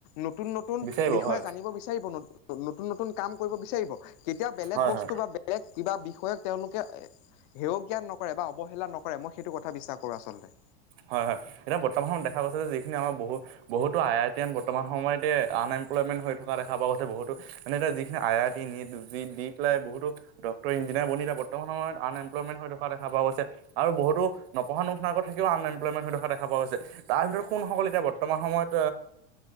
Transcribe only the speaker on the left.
নতুন নতুন
বিষয়ে
জানিব বিচাৰিব, ন' নতুন নতুন কাম কৰিব বিচাৰিব। কেতিয়া বেলেগ
বস্তু
বা বেলেগ কিবা বিষয়ক তেওঁলোকে এ হেৰক জ্ঞান নকৰে বা অৱহেলা নকৰে, মই সেইটো কথা বিশ্বাস কৰোঁ আচলতে।